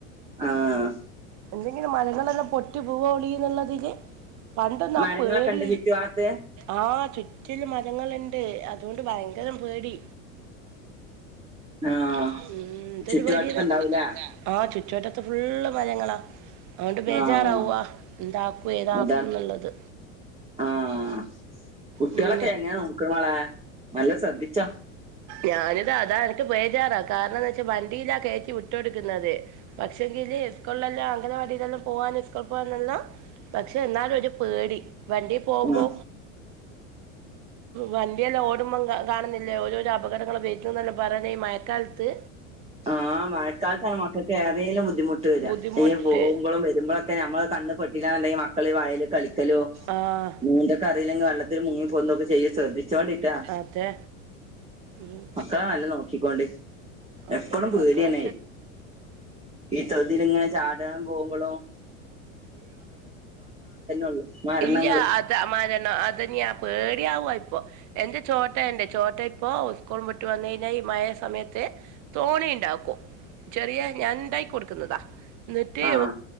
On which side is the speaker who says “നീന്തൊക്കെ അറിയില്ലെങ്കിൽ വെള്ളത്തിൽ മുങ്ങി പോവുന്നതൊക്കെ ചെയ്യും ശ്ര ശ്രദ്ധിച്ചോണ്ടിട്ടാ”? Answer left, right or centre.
Right